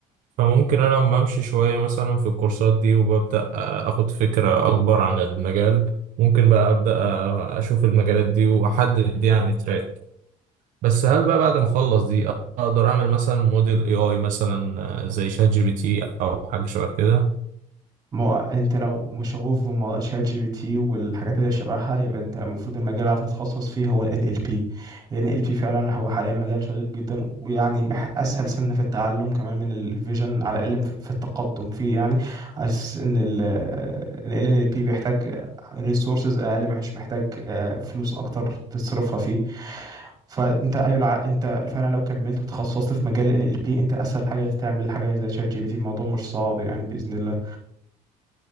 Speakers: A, on the right; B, on the right.
A: فممكن انا لما امشي شويه مثلا في الكورسات دي وببدا اخد فكره اكبر عن المجال ممكن بقى ابدا اشوف المجالات دي واحدد يعني تراك بس هل بقى بعد ما اخلص دي اقدر اعمل مثلا موديل اي اي مثلا زي شات جي بي تي او حاجه شبه كده
B: ما هو انت لو مشغوف بشات جي بي تي والحاجات اللي شبهها يبقى انت المفروض المجال اللي هتتخصص فيه هو ال NLP ال NLP فعلا هو حاليا مجال شيق جدا ويعني مح- اسهل سنة في التعلم كمان من الفيجن على الاقل في في التقدم فيه يعني حاسس ان ال ال NLP بيحتاج ريسورسز اقل مش محتاج آه، فلوس اكتر تصرفها فيه فانت ايوه لع- انت فعلا لو كملت وتخصصت في مجال ال NLP انت اسهل حاجة تعمل حاجة زي شات جي بي تي الموضوع مش صعب يعني بإذن الله